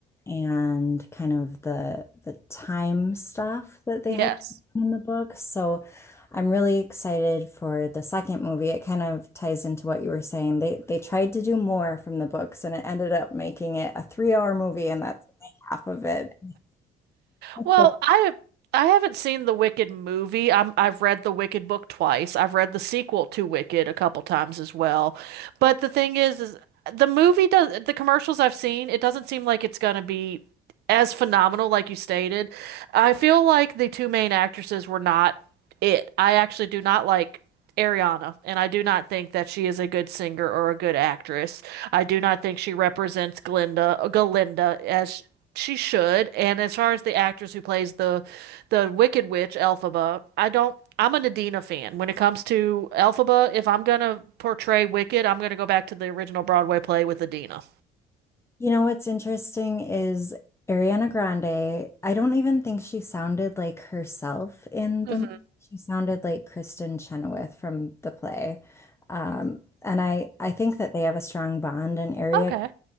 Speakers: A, on the left; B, on the right.
A: and kind of the the time stuff that they
B: Yes.
A: had in the book. So I'm really excited for the second movie. It kind of ties into what you were saying. They they tried to do more from the books and it ended up making it a three hour movie and that's only half of it. <laughs>
B: Well,
A: They
B: I I haven't seen the Wicked movie. I'm I've read the Wicked book twice. I've read the sequel to Wicked a couple times as well. But the thing is, is the movie does the commercials I've seen, it doesn't seem like it's gonna be. as phenomenal, like you stated. I feel like the two main actresses were not it. I actually do not like Ariana, and I do not think that she is a good singer or a good actress. I do not think she represents Glinda, uh, Galinda as she should. And as far as the actress who plays the the Wicked Witch, Elphaba, I don't. I'm a Nadina fan. When it comes to Elphaba, if I'm gonna portray Wicked, I'm gonna go back to the original Broadway play with Adina.
A: You know what's interesting is Ariana Grande, I don't even think she sounded like herself in
B: hmm
A: the movie. She sounded like Kristen Chenoweth from the play. Um, and I, I think that they have a strong bond, and Ari
B: Okay.